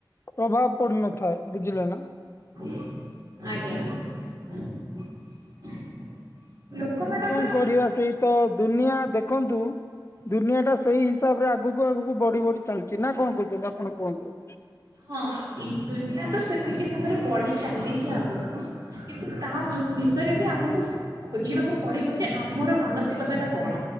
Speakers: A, on the left; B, on the right.
A: ପ୍ରଭାବ ପଡିନଥିଲା। ହ ବୁଝିଲ ନା?
B: ଆଜ୍ଞା। ଲୋକମାନଙ୍କର
A: କଣ କରିବା ସେଇ ତ ଦୁନିଆ ଦେଖନ୍ତୁ ଦୁନିଆ ଟା ସେଇ ହିସାବ ରେ ଆଗକୁ ଆଗକୁ ବଢି ବଢି ଚାଲିଛି ନା କଣ କହୁଛନ୍ତି ଆପଣ କୁହନ୍ତୁ।
B: ହଁ ଦୁନିଆ ତ ସେମିତି ଭାବରେ ବଢି ଚାଲିଛି ଆଗକୁ କିନ୍ତୁ ତା ଭ ଭରେ ବି ଆମକୁ ଖୋଜିବାକୁ ପଡିବ ଯେ ଆମର ମାନସିକତା ଟା କଣ